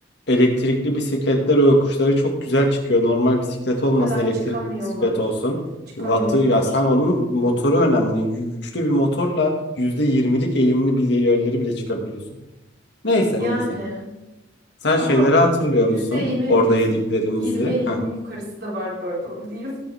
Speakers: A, on the left; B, on the right.
A: Elektrikli bisikletler o yokuşları çok güzel çıkıyor. Normal bisiklet
B: O
A: olmasın,
B: kadar
A: elektrikli
B: çıkamıyorlar.
A: bisiklet olsun.
B: Çıkamıyorlar.
A: Wattı ya sen onun motoru önemli. Yü- Güçlü bir motorla yüzde yirmilik eğimli bir yerleri bile çıkabiliyorsun. Neyse
B: Yani.
A: neyse. Sen
B: Ama
A: şeyleri hatırlıyor
B: yüzde
A: musun?
B: yirmi,
A: Orada
B: yüz
A: yediklerimizi.
B: yirmi eğimin
A: Heh.
B: yukarısı da var bu arada onu diyeyim.